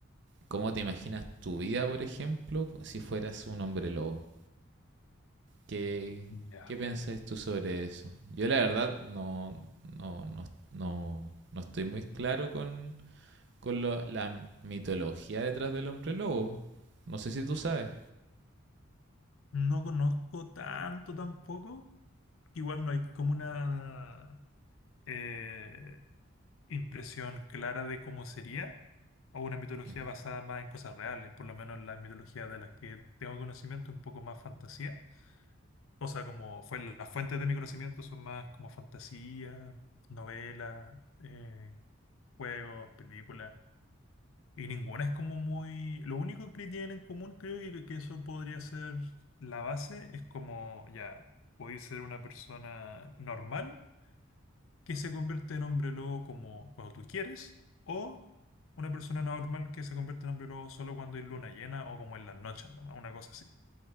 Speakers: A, on the right (about 55°); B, on the left (about 75°).
A: ¿Cómo te imaginas tu vida, por ejemplo, si fueras un hombre lobo? ¿Qué,
B: Ya.
A: qué pensáis tú sobre eso? Yo la verdad no, no, no, no, no estoy muy claro con, con lo- la mitología detrás del hombre lobo. No sé si tú sabes.
B: No conozco tanto tampoco. Igual no hay como una eh, impresión clara de cómo sería o una mitología
A: Ujú.
B: basada más en cosas reales, por lo menos la mitología de las que tengo conocimiento, un poco más fantasía. O sea, como fue, las fuentes de mi conocimiento son más como fantasía, novelas, eh, juegos, películas. Y ninguna es como muy... Lo único que tienen en común, creo que, que eso podría ser la base, es como, ya, podéis ser una persona normal que se convierte en hombre lobo como cuando tú quieres, o una persona normal que se convierte en hombre lobo solo cuando hay luna llena o como en las noches, nomás, una cosa así.